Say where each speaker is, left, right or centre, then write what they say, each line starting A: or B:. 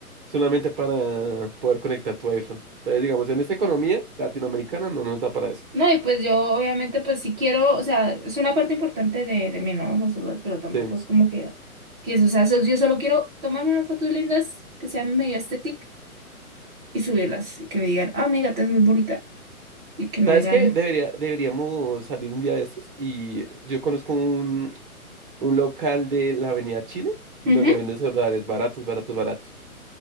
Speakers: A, on the right (about 35°); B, on the right (about 20°).
A: solamente para poder conectar tu iPhone. Entonces, digamos, en esta economía latinoamericana no nos da para eso.
B: No, y pues yo obviamente pues sí quiero, o sea, es una parte importante de, de mí, ¿no? Los celulares, pero tampoco
A: Sí.
B: es como que, que eso, o sea, so- yo solo quiero tomarme unas fotos lindas que sean medio estéticas y subirlas, y que me digan, ah, mi gata es muy bonita, y que no
A: ¿Sabes
B: digan,
A: qué? Debería, deberíamos salir un día de estos y yo conozco un un local de la Avenida Chile, donde
B: ujú,
A: venden celulares baratos, baratos, baratos.